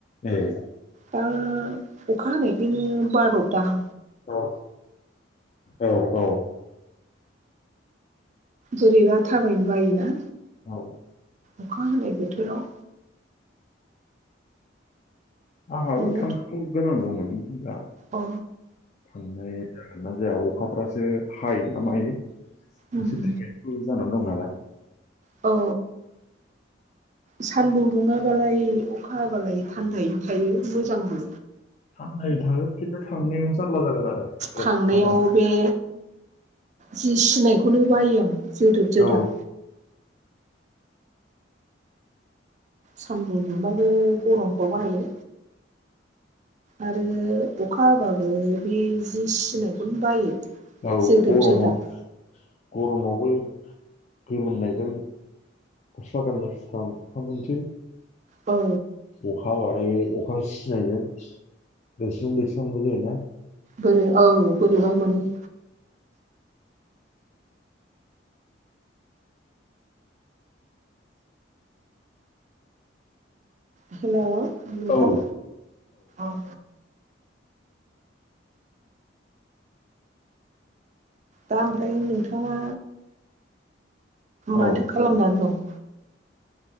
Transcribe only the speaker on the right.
दा अखा हानायखायनो बार'दां
बोरैबा थाबायनो बायोना
अखा हानाय बोथोराव
नोङो
अ
उम
औ सानदुं दुङाबालाय अखा हाबालाय थान्दायैनो थायो मोजांबो।
थांनायाव
बे जि सिनायखौनो बायो आं। जोदोब जोदाब
सान्दुं दुंबाबो गरमखौ बायो आरो अखा हाबाबो बे जि सनायखौनो बायो।
जोदोब
जोदाब
औ।
बोरै औ बोरैबा मोनो। हेल' नोंथां
औ। दा ओमफ्राय नोंथाङा
माथो खालामनानै दं।